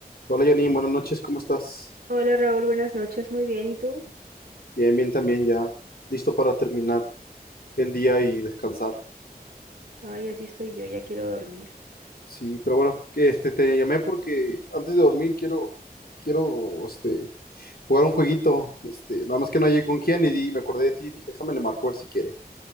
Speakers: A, on the left; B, on the right.
A: Hola Janine, buenas noches, ¿cómo estás?
B: Hola Raúl, buenas noches, muy bien, ¿y tú?
A: Bien, bien también, ya listo para terminar el día y descansar.
B: Ay, así estoy yo, ya quiero dormir.
A: Sí, pero bueno, que este te llamé porque antes de dormir quiero quiero este jugar un jueguito, este, nada más que no llegué con quién y di- me acordé de ti y dije, déjame le marco a ver si quiere.